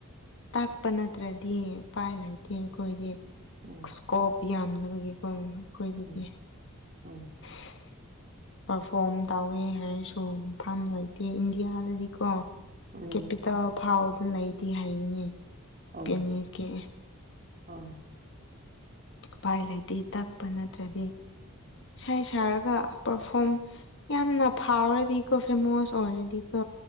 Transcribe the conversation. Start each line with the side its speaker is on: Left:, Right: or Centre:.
Left: ꯇꯥꯛꯄ ꯅꯠꯇ꯭ꯔꯗꯤ ꯎꯄꯥꯏ ꯂꯩꯇꯦ ꯑꯩꯈꯣꯏꯗꯤ
Right: ꯎꯝ
Left: ꯏꯁꯀꯣꯞ ꯌꯥꯝꯗꯕꯒꯤꯀꯣ ꯑꯩꯈꯣꯏꯗꯗꯤ
Right: ꯎꯝ ꯎꯝ
Left: <unintelligible> ꯄꯔꯐꯣꯝ ꯇꯧꯋꯦ ꯍꯥꯏꯔꯁꯨ ꯃꯐꯝ ꯂꯩꯇꯦ ꯏꯟꯗꯤꯌꯥꯗꯗꯤꯀꯣ
Right: ꯎꯝ
Left: ꯀꯦꯄꯤꯇꯦꯜ ꯐꯥꯎꯗ ꯂꯩꯇꯦ ꯍꯥꯏꯔꯤꯅꯦ
Right: ꯑꯣ
Left: ꯄꯦꯅꯤꯁꯀꯤ
Right: ꯑꯣ
Left: ꯎꯄꯥꯏ ꯂꯩꯇꯦ ꯇꯥꯛꯄ ꯅꯠꯇ꯭ꯔꯗꯤ ꯏꯁ ꯁꯥꯔꯒ ꯄꯔꯐꯣꯝ ꯌꯥꯝꯅ ꯐꯥꯎꯔꯗꯤꯀꯣ ꯐꯦꯃꯣꯁ ꯑꯣꯏꯔꯗꯤꯀꯣ